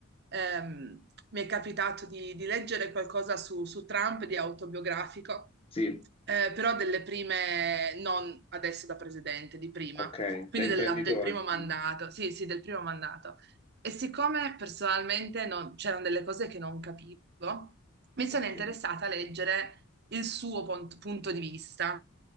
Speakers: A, on the right (about 50°); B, on the left (about 25°).
A: ehm, mi è capitato di, di leggere qualcosa su, su Trump di autobiografico.
B: Sì,
A: Eh, però delle prime, non adesso da presidente, di prima,
B: ok,
A: quindi
B: da imprenditore.
A: della- del primo mandato,
B: Mm,
A: sì, sì, del primo mandato. E siccome personalmente non- c'erano delle cose che non capivo, mi sono
B: Ok,
A: interessata a leggere il suo pon- punto di vista,